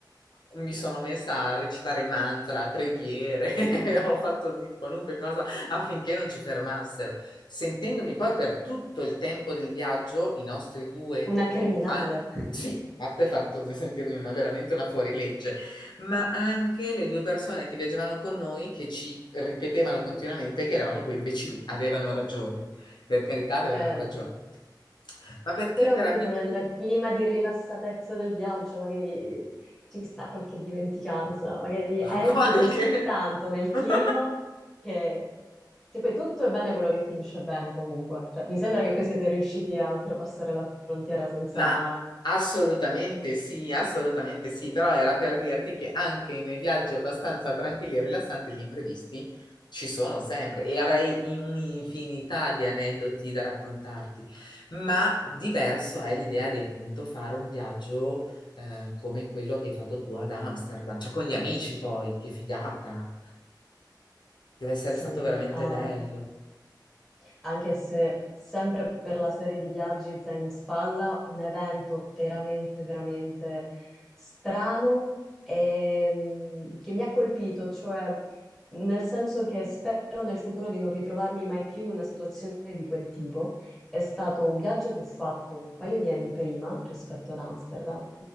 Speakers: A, on the left; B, in the centre.
A: mi sono messa a recitare mantra, preghiere, <laughs> ho fatto di qualunque cosa affinché non ci fermassero, sentendomi poi per tutto il tempo del viaggio i nostri due
B: Una criminale.
A: compagni. Sì, a parte il fatto di sentirmi una, veramente una fuorilegge, ma anche le due persone che viaggiavano con noi che ci ripetevano continuamente che eravamo due imbecilli, avevano ragione, per carità avevano
B: Eh,
A: ragione. Ma perché
B: Però,
A: per
B: capito,
A: abitudine?
B: nel clima di rilassatezza del viaggio magari ci sta qualche dimenticanza, magari
A: <laughs>
B: entri
A: Qualche...
B: così tanto nel clima
A: <laughs>
B: che, che poi tutto è bene quello che finisce bene comunque. Cioè, mi sembra che poi siete riusciti a oltrepassare la frontiera senza,
A: Ma assolutamente sì, assolutamente sì, però era per dirti che anche nei viaggi abbastanza tranquilli e rilassanti gli imprevisti ci sono sempre e avrei un'infinità di aneddoti da raccontarti, ma diverso è l'idea di appunto fare un viaggio eh, come quello che hai fatto tu ad Amsterdam, cioè con gli amici poi, che figata, deve essere
B: sì,
A: stato veramente
B: eh,
A: bello.
B: anche se sempre per la serie di viaggi zaino in spalla, un evento veramente, veramente strano e, mh, che mi ha colpito, cioè nel senso che spero nel futuro di non ritrovarmi mai più in una situazione di quel tipo. È stato un viaggio che ho fatto un paio di anni prima rispetto ad Amsterdam,